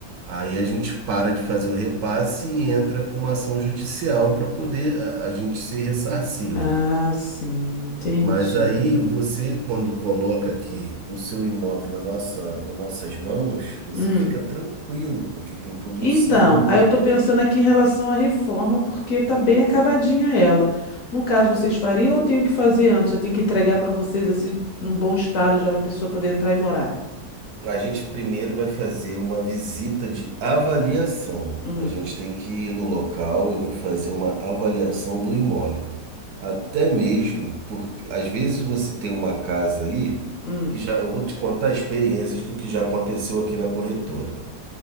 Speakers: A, on the right (about 70°); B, on the left (about 65°).
A: Aí a gente para de fazer o repasse e entra com uma ação judicial para poder a, a gente ser ressarcido.
B: Ah, sim. Entendi.
A: Mas aí você, quando coloca aqui o seu imóvel na nossa, nas nossas mãos, você
B: Hum.
A: fica tranquilo, porque tem todo
B: Então,
A: um seguro.
B: aí eu estou pensando aqui em relação à reforma, porque tá bem acabadinha ela. No caso, vocês fariam ou eu tenho que fazer antes? Eu tenho que entregar para vocês assim, num bom estado já para a pessoa poder entrar e morar.
A: A gente primeiro vai fazer uma visita de avaliação.
B: Hum,
A: A gente tem que ir no local, eu vou fazer uma avaliação do imóvel. Até mesmo, porque às vezes você tem uma casa aí,
B: hum,
A: que já, eu vou te contar experiências do que já aconteceu aqui na corretora.